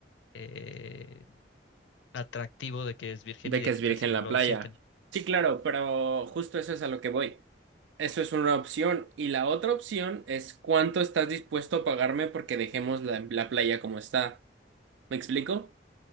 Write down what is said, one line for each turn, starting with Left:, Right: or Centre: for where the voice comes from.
Left: eh, atractivo de que es virgen
Right: De
Left: y de
Right: que es
Left: que
Right: virgen
Left: casi no
Right: la
Left: lo
Right: playa.
Left: visiten.
Right: Sí, claro, pero justo eso es a lo que voy. Eso es una opción. Y la otra opción es cuánto estás dispuesto a pagarme porque dejemos la, la playa como está. ¿Me explico?